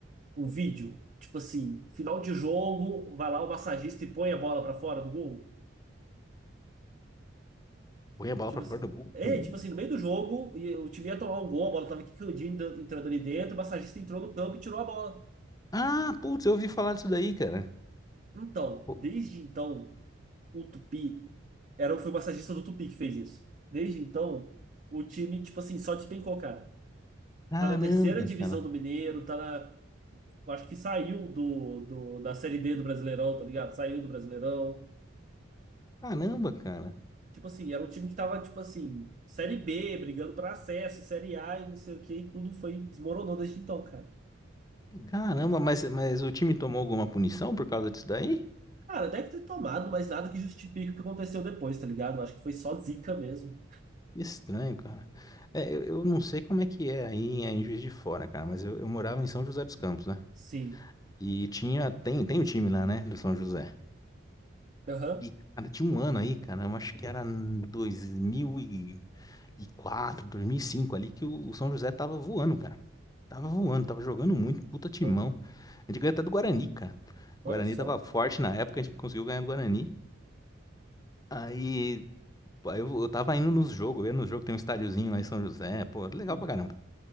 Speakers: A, on the right; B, on the left.
A: um vídeo. Tipo assim, final de jogo, vai lá o massagista e põe a bola pra fora do gol.
B: correr a bola
A: Tipo
B: pra
A: assim.
B: fora do gol.
A: É,
B: Hum.
A: tipo assim, no meio do jogo, e o time ia tomar um gol, a bola tava quicandinha entrando ali dentro, o massagista entrou no campo e tirou a bola.
B: Ah, putz, eu ouvi falar disso daí, cara.
A: Então,
B: Pô,
A: desde então. o Tupi era, foi o massagista do Tupi que fez isso. Desde então, o time, tipo assim, só despencou, cara.
B: Caramba,
A: Tá na terceira divisão
B: cara.
A: do Mineiro, tá na. eu Acho que saiu do, do, da Série D do Brasileirão, tá ligado? Saiu do Brasileirão.
B: Caramba, cara.
A: Tipo assim, era um time que tava, tipo assim, Série B, brigando pra acesso, Série A e não sei o que, e tudo foi, desmoronou desde então, cara.
B: Caramba, mas, mas o time tomou alguma punição por causa disso daí?
A: Cara, deve ter tomado, mas nada que justifique o que aconteceu depois, tá ligado? Eu Acho que foi só zica mesmo.
B: Estranho, cara. É, eu, eu não sei como é que é aí em Juiz de Fora, cara, mas eu, eu morava em São José dos Campos, né?
A: Sim.
B: E tinha, tem, tem o time lá, né, do São José.
A: Aham.
B: E, cara, tinha um ano aí, cara, eu acho que era dois dois mil mil e quatro dois mil e cinco ali, que o, o São José tava voando, cara. Tava voando, tava jogando muito, puta timão.
A: Ah,
B: A gente ganhou até do Guarani, cara.
A: Olha
B: O Guarani
A: só.
B: tava forte na época, a gente conseguiu ganhar do Guarani. Aí, pô, aí eu, eu tava indo nos jogos, eu ia nos jogos, tem um estádiozinho lá em São José, pô, legal
A: Uhum.
B: pra caramba.